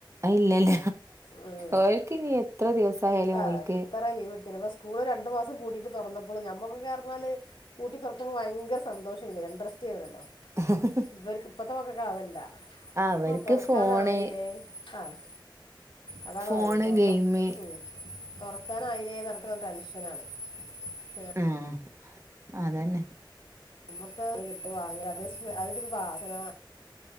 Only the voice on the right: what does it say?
അത് ഇല്ലല്ല.
ഓൽക്ക് ഇനി എത്ര ദിവസായാലും
ഓൽക്ക്
<inaudible>
അവർക്ക്
ഫോണ്
ഫോണ്
ഗെയിമ്
ഉം അതന്നെ